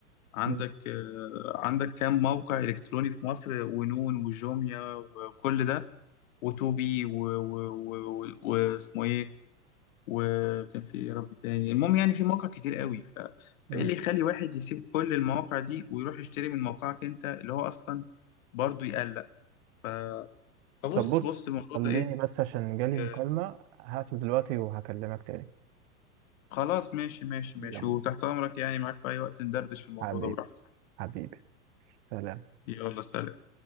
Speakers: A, on the left (about 60°); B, on the right (about 50°).
A: عندك
B: مم.
A: آه، عندك كام موقع إلكتروني في مصر ونون وجوميا وكل ده وتوبي واسمه إيه وكان في إيه يا رب تاني المهم يعني في مواقع كتير قوي ف... فايه
B: مم.
A: اللي يخلي واحد يسيب كل المواقع دي ويروح يشتري من موقعك انت اللي هو اصلا برضه يقلق ف... فبص
B: طب بص
A: بص الموضوع
B: خليني
A: ده ايه
B: بس عشان جالي مكالمة
A: آه،
B: هقفل دلوقتي وهكلمك تاني
A: خلاص ماشي ماشي
B: يلا
A: ماشي وتحت امرك يعني معاك في اي وقت ندردش في الموضوع
B: حبيبي
A: ده براحتك
B: حبيبي سلام
A: يلا سلام